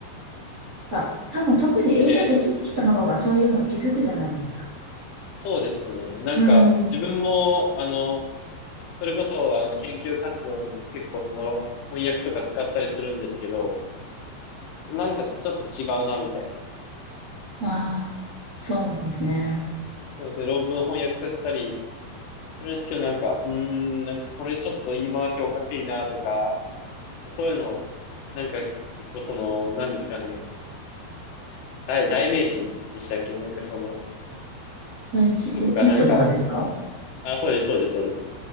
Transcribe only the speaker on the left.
AI でも。そうですね。なんか、
自分も、あの、それこそ、あの、研究活動に結構その翻訳とか使ったりするんですけど、なんかちょっと違うな、みたいな。
そうですね、論文翻訳させたりするんですけど、なんか、うーん、なんかこれちょっと言い回しおかしいな、とか、そういうの、なんか結構その、なんですかね、代、代名詞でしたっけなんかその、
とかがなんか、あ、そうです、そうです、そうです。